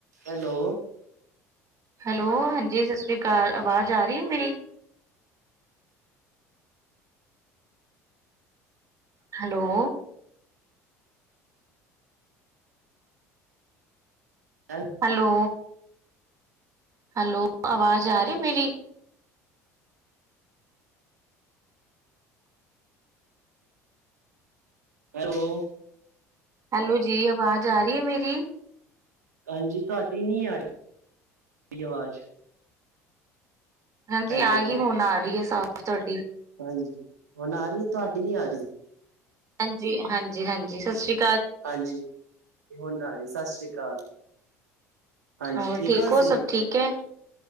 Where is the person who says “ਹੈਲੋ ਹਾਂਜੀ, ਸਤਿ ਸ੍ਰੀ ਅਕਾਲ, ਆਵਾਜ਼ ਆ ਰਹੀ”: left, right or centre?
Right